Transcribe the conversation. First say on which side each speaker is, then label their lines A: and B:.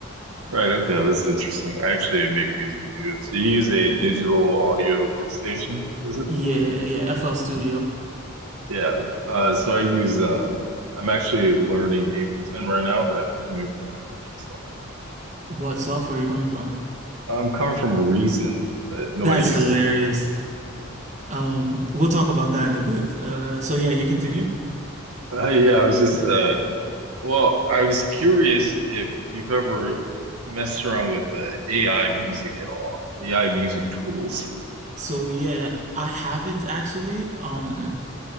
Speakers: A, on the right; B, on the right.
A: Right, okay, that's interesting. I actually make music too. So you use a digital audio workstation, is it?
B: Yeah, yeah, FL Studio.
A: Yeah. Uh, so I use um, I'm actually learning Ableton right now, but I'm coming from a different software.
B: What software are you coming from?
A: I'm coming from Reason, but nobody
B: That's
A: uses.
B: hilarious. Um, we'll talk about that in a bit. Uh, so yeah, you continue.
A: Uh, yeah, I was just
B: <laughs>
A: uh, well, I was curious if you've ever messed around with uh, AI music at all, AI music tools.
B: So yeah, I haven't actually. Um,